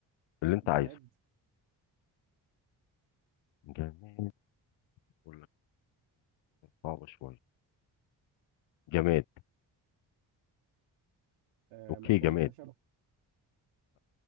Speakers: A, on the left; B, on the right.
A: اللي انت
B: جماد
A: عايزه جماد ولا صعبة شوية جماد
B: آه،
A: اوكي
B: مصنوع
A: جماد
B: من الخشب